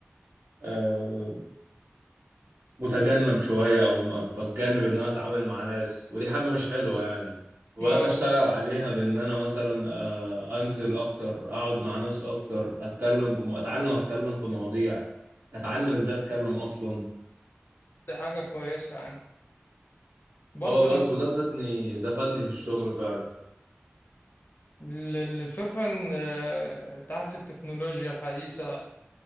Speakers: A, on the right (about 65°); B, on the left (about 50°).
A: آه، متجنب شويه او م- بتجنب ان انا اتعامل مع ناس ودي حاجه مش حلوه يعني وبدات
B: اه
A: اشتغل عليها بان انا مثلا آه، انزل اكتر اقعد مع ناس اكتر اتكلم في م... اتعلم اتكلم في مواضيع اتعلم ازاي اتكلم اصلا
B: دي حاجة كويسة يعني برضه
A: اه بس
B: الواحد
A: وده فادني ده فادني في الشغل فعلا
B: ال- ال- الفكرة ان آه، انت عارف التكنولوجيا الحديثة